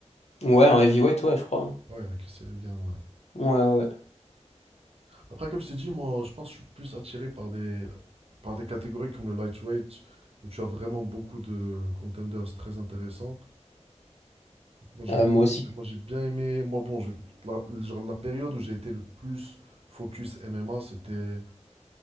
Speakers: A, on the left; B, on the right.
A: ouais en heavyweight ouais je crois. hein.
B: Ouais, il y avait que Regan, ouais.
A: Ouais, ouais. ouais.
B: Après, comme je t'ai dit, moi, je pense que je suis plus attiré par des, par des catégories comme le lightweight où tu as vraiment beaucoup de contenders très intéressants. Moi j'ai
A: Euh,
B: bien,
A: moi aussi.
B: moi, j'ai bien aimé. Moi bon, je, la, genre, la période où j'ai été le plus focus MMA, c'était